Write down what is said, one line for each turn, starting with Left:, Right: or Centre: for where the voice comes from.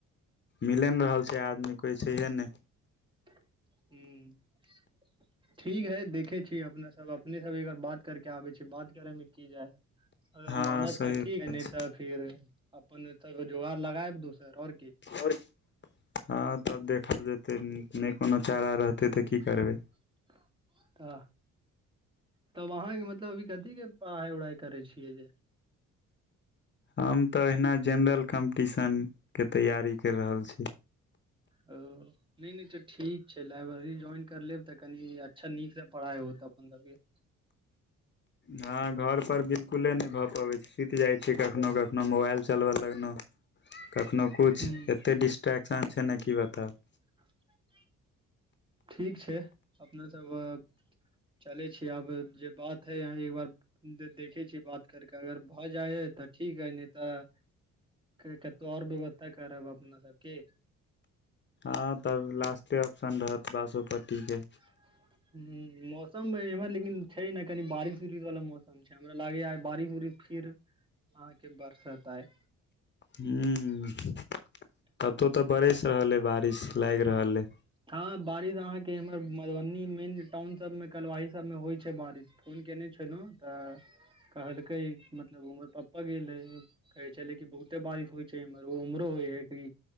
Left: मिले नै रहल छै आदमी कोइ छैहे नै
Right: हु <inaudible> ठीक है देखे छी अपने सब अपने सब एकर बात करके आबै छै बात करे में की जाय है अगर
Left: हँ
Right: मानत
Left: सही
Right: तऽ
Left: बात
Right: ठीक है
Left: छै,
Right: तऽ फिर अपन ओत जोगड़ लगायब दोसर ओर की
Left: और <inaudible> हँ तब देखल जेतै नै कोनो चारा रहतै तऽ की करबै
Right: <unintelligible> तब अहाँकेँ मतलब अभ कथी केँ पढ़ाई उढ़ाई करे छियै जे
Left: हम तऽ अहिना जेनरल कम्पटिशन केँ तैयारी कर रहल छी
Right: हेलो नै नै तऽ ठीक छै लाइब्रेरी ज्वाइन कर लेब तऽ कनि अच्छा नीकसँ पढ़ाइ होत अपन सब केँ
Left: हँ घर पर बिल्कुले नै भऽ पबैत छै सुत जाइत छै कखनो कखनो मोबाइल चलब लगनौ कखनो किछ
Right: हूँ
Left: एतेक डिस्ट्रेक्शन छै न की बतेब
Right: <unintelligible> ठीक छै अपने सब अ चलै छी आब जे बात एक बार दे देखे छीयै बात करक अगर भऽ जाइ है तऽ ठीक है नै तऽ केई कतों और भी व्यवस्था करब अपना सब की
Left: हँ तब लास्टे ऑप्शन रहत बासोपट्टी केँ
Right: <unintelligible> हु मौसम एमहर लेकिन छै न कनि बारिश उरिश वाला मौसम छै हमरा लागेय बारिश उारिश फीर अहाँकेँ बरसत आय
Left: हु <inaudible>
Right: आय
Left: कतौ तऽ बरस रहल अ बारिश लाइग रहल अए
Right: हँ बारिश अहाँकेँ एम्हर मधुबनी मेन टाउन सब में कलवाही सब में होइ छै बारिश फोन केने छलौ तऽ कहलकै मतलब हमर पप्पा गेलै है कहै छलै कि बहुते बारिश होइ छै इमहर उमहरो होइ है कि